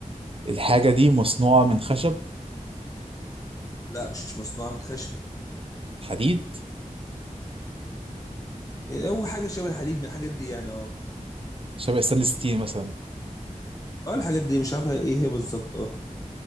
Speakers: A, on the right; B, on the left.
A: الحاجة دي مصنوعة من خشب
B: لا مش مصنوعة من خشب
A: حديد
B: إيه، هو حاجة شبه الحديد من الحاجات دي يعني اه
A: شبه ستانلس ستيل مثلا
B: اه الحاجات دي مش عارفة ايه هي بالظبط اه